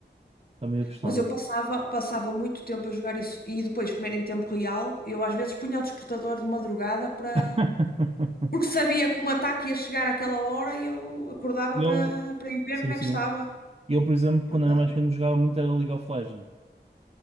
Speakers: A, on the right; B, on the left.
A: Também eu gostava.
B: Mas eu passava, passava muito tempo a jogar isso. E depois, como era em tempo real, eu às vezes punha o despertador de madrugada para
A: <laughs>
B: Porque sabia que um ataque ia chegar àquela hora e eu acordava
A: Eu,
B: para, para ir ver
A: sim,
B: como é
A: sim.
B: que estava.
A: Eu, por exemplo,
B: Por
A: quando
B: acaso,
A: era mais pequeno, jogava muito era League of Legends.